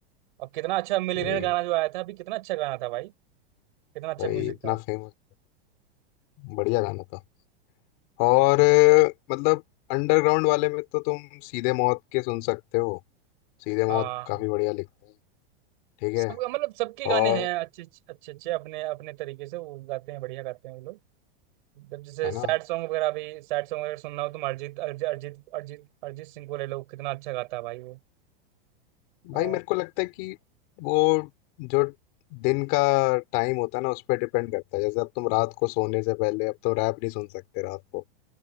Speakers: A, on the right (about 55°); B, on the left (about 40°).
A: अब कितना अच्छा मिलियनेयर
B: वही
A: गाना
B: वही
A: जो आया था अभी कितना अच्छा गाना था भाई कितना अच्छा
B: वही,
A: म्यूजिक
B: इतना
A: था
B: फेमस बढ़िया गाना था और अ, मतलब अंडरग्राउंड वाले में तो तुम सीधे मौत के सुन सकते हो सीधे
A: हाँ
B: मौत काफी
A: हाँ।
B: बढ़िया लिखते हैं ठीक
A: सब
B: है
A: मतलब सबके गाने
B: और
A: हैं अच्छे अच्छे अच्छे अपने अपने तरीके से वो गाते हैं बढ़िया गाते हैं वो लोग जब जैसे
B: है
A: सैड
B: ना
A: सॉन्ग वगैरह भी सैड सॉन्ग वगैरह सुनना हो तुम अरिजीत अरिजीत अरिजीत अरिजीत अरिजीत सिंह को ले लो कितना अच्छा गाता है भाई वो हाँ।
B: भाई मेरे को लगता है कि वो जो दिन का टाइम होता है ना उस पर डिपेंड करता है जैसे अब तुम रात को सोने से पहले अब तुम रैप नहीं सुन सकते रात को